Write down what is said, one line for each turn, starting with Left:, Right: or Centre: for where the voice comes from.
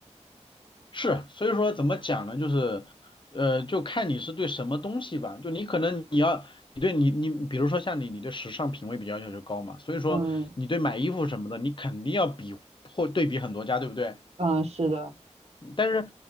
Left: 是，所以说怎么讲呢？就是，呃，就看你是对什么东西吧。就你可能你要，你对你你，比如说像你，你对时尚品味比较要求高嘛，所以说你对买衣服什么的，
Right: 嗯
Left: 你肯定要比或对比很多家，对不对？
Right: 嗯，是的，
Left: 但是